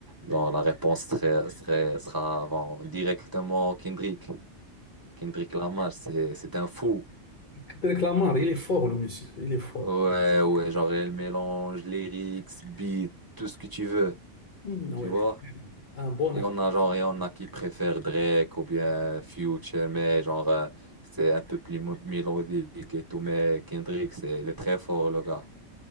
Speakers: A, on the right (about 20°); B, on the left (about 55°).
A: genre, la réponse serait, serait, sera, bon, directement Kendrick. Kendrick Lamar, c'est, c'est un fou.
B: Abdelkader Lamar, il est fort, le monsieur. Il est fort.
A: Ouais, ouais, genre elle mélange lyrics, beats, tout ce que tu veux,
B: Mhm,
A: tu
B: ouais.
A: vois.
B: Un bon
A: Et on a genre, et on a qui préfère Drake ou bien Future, mais genre, euh, c'est un peu plus mo- mélodique et tout, mais Kendrick, c'est, il est très fort, le gars.